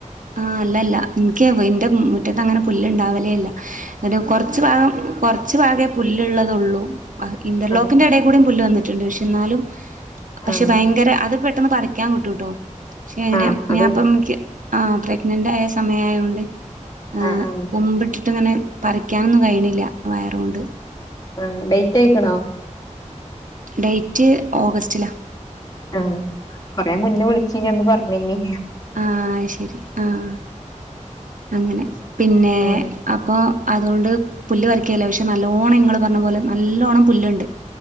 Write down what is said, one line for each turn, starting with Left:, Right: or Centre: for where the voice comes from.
Right: ആഹ് അല്ല അല്ലാ ഇൻക്കെയ് ഇന്റെ മുറ്റെത്ത് അങ്ങനെ പുല്ല് ഇണ്ടാവലെ ഇല്ല ഇന്നെട്ട് കൊർച്ച് ഭാഗം കൊർച്ച് ഭാഗെ പുല്ല് ഇള്ളെത് ഒള്ളു ബാക്കി ഇന്റെർ
Left: ആഹ് ആഹ്
Right: ലോക്കിന്റെ അയുടെ കൂടിം പുല്ല് വന്ന്ട്ട് ഇണ്ട് പക്ഷെ ഇന്നാലും പക്ഷെ
Left: ആഹ്
Right: ഭയങ്കര അത് പെട്ടെന്ന് പറിക്കാൻ കിട്ടും ട്ടോ പക്ഷെ അങ്ങനെ
Left: ആഹ് അത്
Right: ഞാ ഇപ്പം ക്ക് ആഹ് പ്രെഗ്നെന്റ് ആയ സമയം ആയോണ്ട് ഏഹ്
Left: ആഹ് ആഹ്
Right: കുമ്പ് ഇട്ട്ട്ട് ഇങ്ങനെ പറിക്കാനൊന്നും കയ്യ്ണ് ഇല്ലാ വയറോണ്ട്
Left: ഏഹ് ഡെയ്റ്റ് അയ്ക്ക്ണോ?
Right: ഡെയ്റ്റ് ഓഗസ്റ്റിലാ
Left: ആഹ് കൊറെ മുന്നെ വുൾച്ചിനി അന്ന് പർണിനി
Right: ആഹ് അഹ് ശരി ആഹ് അങ്ങനെ പിന്നെ
Left: ഉം
Right: അപ്പൊ അതോണ്ട് പുല്ല് പറിക്കെൽ ഇല്ലാ പക്ഷെ നല്ലോണ്ണം ഇങ്ങെൾ പർണ പോലെ നല്ലോണം പുല്ല് ഇണ്ട്.